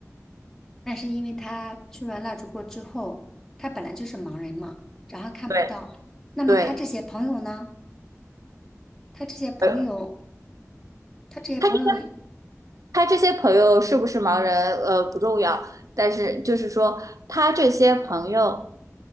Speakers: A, in the centre; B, on the right.
A: 那是因为他吹完蜡烛过之后，他本来就是盲人嘛，然后看不到。
B: 对，
A: 那么他这些朋友呢？
B: 对，
A: 他这些朋友，
B: 呃，
A: 他这些朋友，
B: 他这他这些朋友是不是盲人？呃，不重要，但是就是说，他这些朋友，